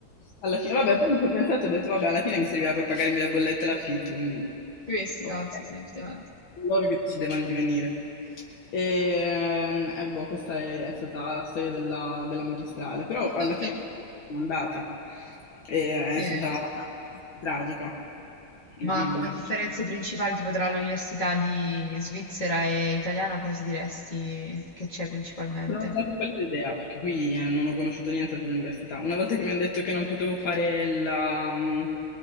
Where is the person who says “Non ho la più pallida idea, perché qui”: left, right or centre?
Left